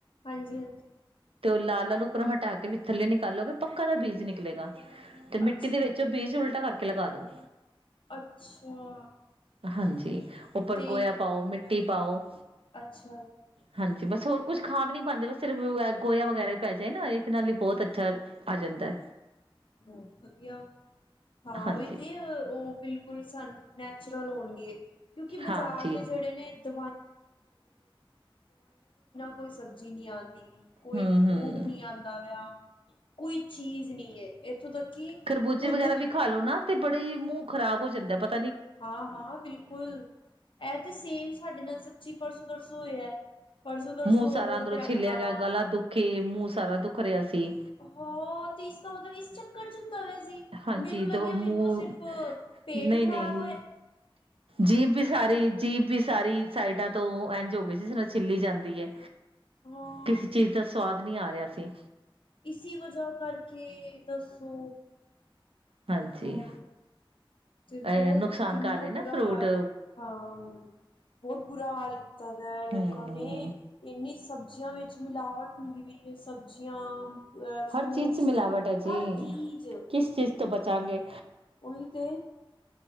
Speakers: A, on the left; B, on the right.
A: ਹਾਂਜੀ, ਹਾਂਜੀ।
B: ਤੇ ਉਹ ਲਾਲ ਲਾਲ ਉਪਰੋਂ ਹਟਾ ਕ ਵੀ ਥੱਲੇ ਨਿਕਾਲੋਗੇ ਪੱਕਾ ਦਾ ਬੀਜ ਨਿਕਲੇਗਾ। ਤੇ
A: ਅੱਛਾ,
B: ਮਿੱਟੀ ਦੇ ਵਿੱਚ ਉਹ ਬੀਜ ਉਲਟਾ ਕਰ ਲਗਾ ਦਉ।
A: ਅੱਛਾ।
B: ਹਾਂਜੀ। ਉੱਪਰ
A: ਤੇ
B: ਗੋਇਆ ਪਾਓ ਮਿੱ ਟੀ ਪਾਓ।
A: ਅੱਛਾ।
B: ਹਾਂਜੀ, ਬਸ ਹੋਰ ਕੁਛ ਖਾਦ ਨੀ ਪਾਂਦੇ। ਬਸ ਸਿਰਫ ਗੋਇਆ ਵਗੈਰਾ ਹੀ ਪੈ ਜਾਏ ਨਾ ਇਹ ਤੇ ਨਾਲੇ ਬਹੁਤ ਅੱਛਾ ਆ ਜਾਂਦਾ।
A: ਬਹੁਤ ਵਧੀਆ। ਹਾਂ
B: ਹਾਂਜੀ
A: ਉਹੀ ਤੇ, ਉਹ ਬਿਲਕੁਲ ਸਾਨ ਨੈਚੁਰਲ ਹੋਣਗੇ। ਕਿਉਂਕਿ ਬਾਜ਼ਾਰ
B: ਹਾਂਜੀ
A: ਦੇ ਜਿਹੜੇ ਨੇ ਦ ਕੋਈ ਸਬਜ਼ੀ ਨੀ ਆਂਦੀ। ਕੋਈ
B: ਹੂੰ
A: ਫਰੂਟ
B: ਹੂੰ
A: ਨੀ ਆਂਦਾ ਵਿਆ। ਕੋਈ ਚੀਜ਼ ਨੀ ਏ। ਇੱਥੋਂ ਤੱਕ ਕਿ
B: ਖਰਬੂਜੇ
A: ਦੁੱਧ
B: ਵਗੈਰਾ ਵੀ ਖਾ ਲੋੋ ਨਾ ਤੇ ਬੜਾ ਹੀ ਮੂੰਹ ਖਰਾਬ ਹੋ ਜਾਂਦਾ। ਪਤ
A: ਹਾਂ-ਹਾਂ। ਬਿਲਕੁਲ, ਇਹ ਤੇ ਸੇਮ ਸਾਡੇ ਨਾਲ ਸੱਚੀ ਪਰਸ ਪਰਸੋਂ ਹੋਇਆ। ਪਰਸੋਂ ਤਰਸੋਂ
B: ਮੂੰਹ ਸਾਰਾ ਅੰਦਰੋਂ ਛਿੱਲਿਆ
A: ਹਾਂ
B: ਗਿਆ। ਗਲਾ ਦੁਖੇ, ਮੂੰਹ ਸਾਰਾ ਦੁਖ ਰਿਹਾ ਸੀ।
A: ਹਾਂ ਤੇ ਇਸਦਾ ਮਤਲਬ <unintelligible> ਸੀ,
B: ਹਾਂਜੀ
A: ਮੈਨੂੰ ਲੱਗਿਆ
B: ਦੋ ਮੂੰਹ
A: ਮੈਨੂੰ ਸਿਰਫ਼ ਪੇਟ
B: ਨਈ-ਨਈ
A: ਖਰਾਬ
B: ਜੀਭ ਵੀ ਸਾਰੀ, ਜੀਭ ਵੀ ਸਾਰੀ ਸਾਈਡਾਂ ਤੋਂ ਇੰਝ ਹੋ ਗਈ ਸੀ, ਜਿਸ ਤਰ੍ਹਾਂ ਛਿੱਲੀ ਜਾਂਦੀ ਹੈ।
A: ਹਾਂ
B: ਕਿਸੇ ਚੀਜ਼ ਦਾ ਸਵਾਦ ਨੀ ਆ ਰਿਹਾ ਸੀ।
A: ਇਸੀ ਵਜ੍ਹਾ ਕਰਕੇ ਦੱਸੋ।
B: ਹਾਂਜੀ
A: ਹਾਂ ਤੇ ਬਹੁਤ
B: ਅ ਨੁਕਸਾਨ
A: ਕਿੰਨਾ
B: ਕਰ ਰਹੇ ਨਾ
A: ਬੁਰਾ
B: ਫਰੂਟ
A: ਹਾਲ। ਹਾਂ, ਬਹੁਤ ਬੁਰਾ ਹਾਲ। ਤਾ ਦਾ ਏ ਲੋਕਾਂ
B: ਹੂੰ
A: ਨੇ ਇੰਨੀ ਸ ਸਬਜ਼ੀਆਂ ਵਿੱਚ ਮਿਲਾਵਟ ਹੁੰਦੀ ਵੀਈ ਹੈ। ਸਬਜ਼ੀਆਂ ਫਰੂਟਸ
B: ਹਰ ਚੀਜ਼ ਚ ਮਿਲਾਵਟ ਹੈ ਜੀ।
A: ਹਰ ਚੀਜ਼
B: ਕਿਸ ਚੀਜ਼ ਤੋਂ ਬਚ ਚਾਂਗੇ
A: ਉਹੀ ਤੇ,